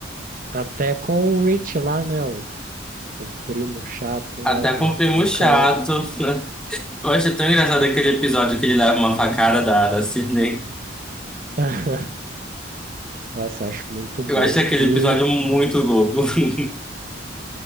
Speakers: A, on the right; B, in the centre.
A: Até com o Rich lá, né? O, o primo chato lá
B: Até
A: do,
B: com o primo
A: do
B: chato.
A: Carl.
B: <laughs> Eu acho tão engraçado aquele episódio que ele leva uma facada da, da Sydney.
A: <laughs> Nossa, eu acho muito bom.
B: Eu acho aquele
A: E,
B: episódio muito louco. <laughs>